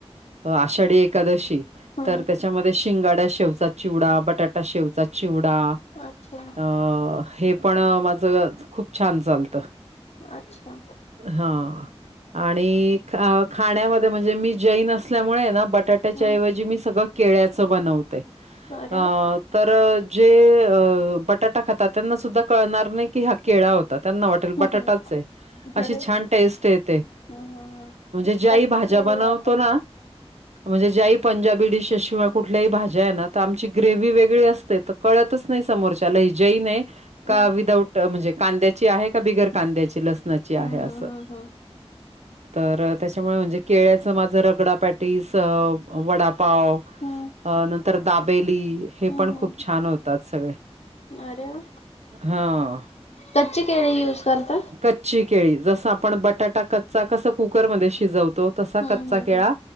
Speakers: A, on the right (about 90°); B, on the left (about 75°).
A: आषाढी एकादशी
B: हम्म
A: तर त्या त्याच्यामध्ये शिंगाड्या शेवचा चिवडा, बटाटा शेवचा चिवडा
B: अच्छा
A: अ हे पण माझं खूप छान चालतं
B: अच्छा!
A: हा आणि ख खाण्यामध्ये म्हणजे मी जैन असल्यामुळे ना बटाट त्याच्या
B: हम्म
A: ऐवजी मी सगळं केळ्याच बनवतेय
B: अरे
A: अ
B: वा
A: तर जे अ बटाटा खातात त्यांना सुद्धा कळणार नाही की हा केळा होता त्यांना वाट म्हणजे
B: हम्म
A: अशी
B: अरे
A: टेस्ट येते
B: हम्म
A: ज्या
B: कच्ची
A: ही भाज्या
B: केळी
A: जा बनवतो
B: वापरतात
A: ना. म्हणजे ज्याही पंजाबी डिशेस शिवा कुठल्याही भाज्या आहे ना तर आमची ग्रेव्ही वेगळी असते. कळतच नाही समोरच्या ला की ही जैन आहे का
B: हम्म
A: विदाऊट म्हणजे कांद्याची आहे का बिगर कांद्याची लसणाची आहे
B: हम्म
A: असं.
B: हम्म हम्म हम्म
A: तर त्याच्यामुळे म्हणजे केळ्याचं माझं रगडा पाॅटीस वडापाव
B: हम्म
A: नंतर दाबेली हे
B: हम्म
A: पण
B: हम्म
A: खूप छान होतात सगळे.
B: अरे वा
A: हां,
B: कच्ची केळी युज करत?
A: कच्ची केळी जसं आपण बटाटा कच्चा कसं कुकरमध्ये शिजवतो? तसा
B: हम्म
A: कच्चा
B: हम्म
A: केळा